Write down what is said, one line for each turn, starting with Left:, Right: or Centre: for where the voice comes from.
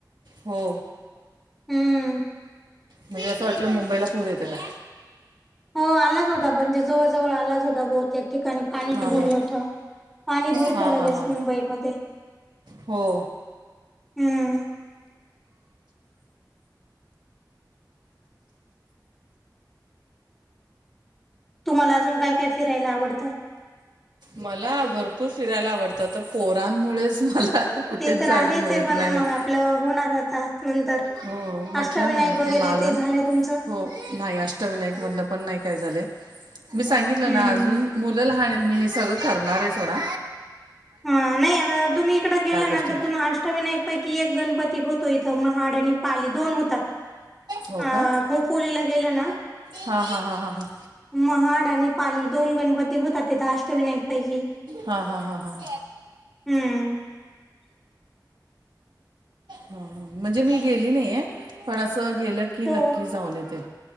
Right: हो.
Centre: हम्म.
Right: म्हणजे असं वाटलं मुंबईला पूर येतोय काय?
Centre: हो आलाच होता म्हणजे जवळ जवळ आलाच होता बहुतेक ठिकाणी पाणी
Right: हां
Centre: भरलं
Right: हां
Centre: होत पाणी भरत
Right: हां
Centre: लगेच
Right: हां हां
Centre: मुंबईमध्ये
Right: हो
Centre: हम्म तुम्हाला अजून काय काय फिरायला आवडतं.
Right: मला भरपूर फिरायला आवडतं तर पोरांमुळेच मला कुठेच
Centre: ते तर
Right: जायला
Centre: आहेच
Right: मिळत
Centre: आहे पण
Right: नाही
Centre: मग आपलं होणार आता नंतर
Right: हो म्हटलं
Centre: अष्टविनायक
Right: ना
Centre: वगैरे
Right: मालवण
Centre: ते झालंय तुमचं?
Right: हो नाही अ अस. अष्टविनायक मधल पण नाही काय झाल मी सांगितलं
Centre: हम्म
Right: ना मूल लहान आहेत. करणार आहे थोडा
Centre: हा नाही आता तुम्ही इकडे गेला
Right: गोष्टी
Centre: ना तर तुम्हा अष्टवि नाही. पैकी एक गणपती होतो इथं महाड आणि पाली दोन होतात.
Right: हो
Centre: अ
Right: का
Centre: खोपोलीला गेला ना
Right: हा हा हा हा हां.
Centre: महाड आणि पाली दोन गणपती होतात तथ अष्टविनायक पैकी
Right: हा हा हा हा.
Centre: हम्म
Right: हा म्हणजे मी गेली नाही आहे पण असं गेलं की
Centre: तो
Right: नक्की जाऊन येते.